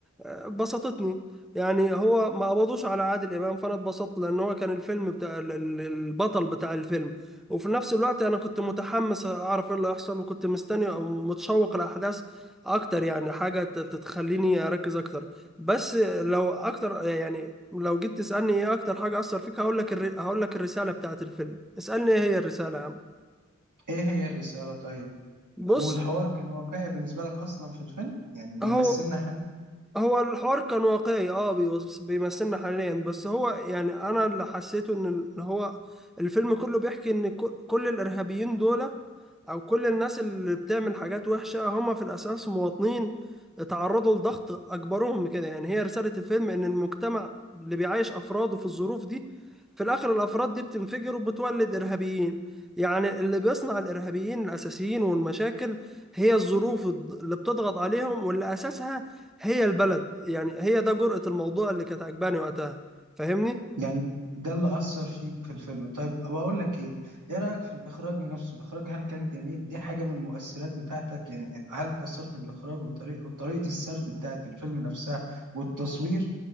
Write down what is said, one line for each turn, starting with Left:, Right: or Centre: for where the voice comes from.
Centre: آه، بسطتني يعني هو ما قبضوش على عادل امام فانا اتبسطت لان هو كان الفيلم بتاع ال- ال- البطل بتاع الفيلم وفي نفس الوقت انا كنت متحمس اعرف ايه اللي هيحصل وكنت مستني او متشوق الاحداث اكتر يعني حاجه ت- تتخليني اركز اكتر بس لو اكتر يعني لو جيت تسالني ايه اكتر حاجه اثر فيك هقول لك الر... هقول لك الرساله بتاعت الفيلم اسالني ايه هي الرساله يا عم
Right: ايه هي الرسالة طيب
Centre: بص
Right: والحوار كان واقعي بالنسبة لك أصلا في الفيلم يعني بيمثلنا
Centre: اهو هو الحوار كان واقعي اه بيوص- بيمثلنا حاليا بس هو يعني انا اللي حسيته ان ال- هو الفيلم كله بيحكي ان كل كل الارهابيين دول او كل الناس اللي بتعمل حاجات وحشة هم في الاساس مواطنين اتعرضوا لضغط اجبرهم كده يعني هي رسالة الفيلم ان المجتمع اللي بيعيش افراده في الظروف دي في الاخر الافراد دي بتنفجر وبتولد ارهابيين يعني اللي بيصنع الارهابيين الاساسيين والمشاكل هي الظروف الض- اللي بتضغط عليهم واللي اساسها هي البلد يعني هي ده جرأة الموضوع اللي كانت عجباني وقتها فاهمني
Right: يعني ده اللي أثر فيك في الفيلم طيب بقول لك إيه إيه رأيك في الإخراج نفسه الإخراج هل كان جميل دي حاجة من المؤثرات بتاعتك يعني هل تأثرت بالإخراج وطريقة وطريقة السرد بتاعة الفيلم نفسها والتصوير